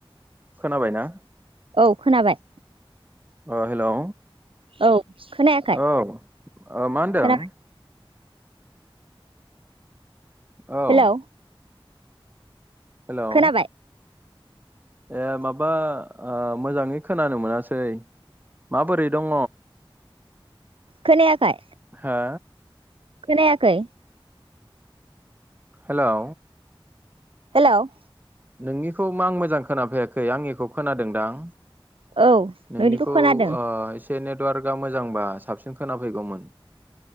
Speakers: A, on the right (about 20°); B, on the right (about 70°).
A: खोनाबाय ना।
B: औ खोनाबाय।
A: ओ हेल' औ
B: औ खोनायाखै
A: ओ मा होनदों।
B: खोनाबाय
A: औ।
B: हेलौ
A: हेलौ।
B: खोनाबाय
A: ए माबा ओ मोजाङै खोनानो मोनासै। माबोरै दङ।
B: खोनायाखै।
A: हो।
B: खोनायाखै।
A: हेलौ।
B: हेल'।
A: नोंनिखौ मा आं मोजां खोनाफैयाखै आंनिखौ खोनादोंदां।
B: औ
A: नोंनिखौ
B: खोनादों
A: ओ एसे नेटवार्कआ मोजांबा साबसिन खोनाफैगौमोन।